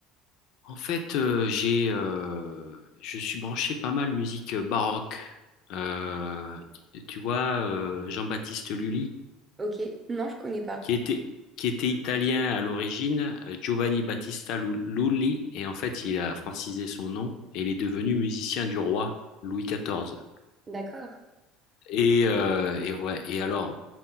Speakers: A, on the left (about 65°); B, on the right (about 20°).
A: En fait, euh, j'ai, euh, je suis branché pas mal musique euh, baroque. Euh, tu, tu vois, euh, Jean-Baptiste Lully,
B: Ok, non, je connais pas.
A: qui était, qui était italien à l'origine, euh, Giovanni Battista Lu- Lully, et en fait, il a francisé son nom et il est devenu musicien du roi Louis XIV.
B: D'accord.
A: Et, euh, et ouais, et alors,